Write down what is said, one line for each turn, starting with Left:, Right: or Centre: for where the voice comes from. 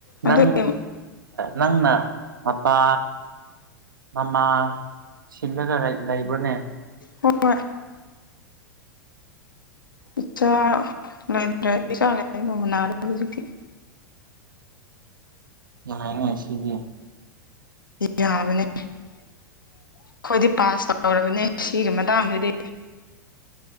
Right: ꯅꯪ
Left: ꯑꯗꯨꯒꯤ
Right: ꯅꯪꯅ ꯃꯄꯥ ꯃꯃꯥ ꯁꯤꯜꯂꯒ ꯂꯩ ꯂꯩꯕ꯭ꯔꯥꯅꯦ
Left: ꯍꯣꯏ ꯏꯆꯥꯥ <unintelligible> ꯍꯧꯖꯤꯛꯇꯤ
Right: ꯌꯥ ꯍꯥꯏꯅꯦ ꯁꯤꯗꯤ
Left: ꯌꯥꯕꯅꯦ ꯑꯩꯈꯣꯏꯗꯤ ꯄꯥꯁ ꯇꯧ ꯇꯧꯔꯕꯅꯦ ꯁꯤꯒꯤ ꯃꯇꯥꯡꯗꯗꯤ